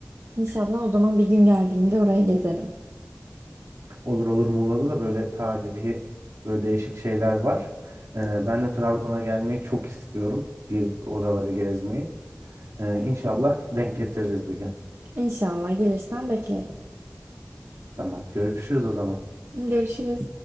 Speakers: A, on the right (about 55°); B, on the right (about 75°).
A: İnşallah o zaman bir gün geldiğimde orayı gezerim.
B: Olur olur Muğla'da da böyle tarihi böyle değişik şeyler var. E, ben de Trabzon'a gelmeyi çok istiyorum. Gelip oraları gezmeyi. E, İnşallah denk getiririz bir gün.
A: İnşallah gelirsen beklerim.
B: Tamam görüşürüz o zaman.
A: Görüşürüz.